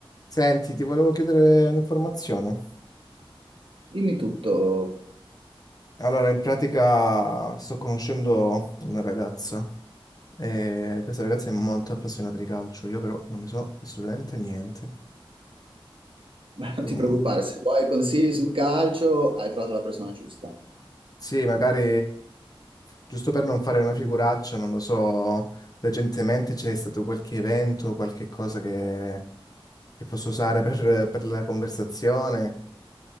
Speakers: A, on the left; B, on the right.
A: Senti, ti volevo chiedere un'informazione.
B: Dimmi tutto,
A: Allora, in pratica sto conoscendo una ragazza e questa ragazza è molto appassionata di calcio, io però non ne so assolutamente niente.
B: <laughs> Beh, non
A: Tu-
B: ti
A: mm,
B: preoccupare, se vuoi consigli sul calcio hai trovato la persona giusta.
A: Sì, magari giusto per non fare una figuraccia, non lo so, recentemente c'è stato qualche evento, qualche cosa che, che posso usare per, per la conversazione.